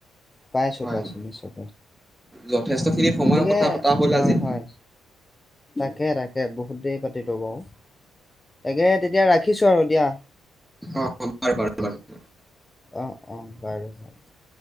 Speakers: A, on the left; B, in the centre.
A: পাইছো
B: হয়
A: পাইছো নিশ্চয়।
B: যথেষ্টখিনি
A: অ
B: সময়ৰ
A: গতিকে
B: কথা পতা হ'ল
A: হয়
B: আজি
A: হয় তাকে তাকে বহুত দেৰি পাতিলো বাৰু তাকে। তেতিয়া ৰাখিছো আৰু। দিয়া।
B: অ বাৰু বাৰু হ
A: অ' অ' পাৰে পাৰে।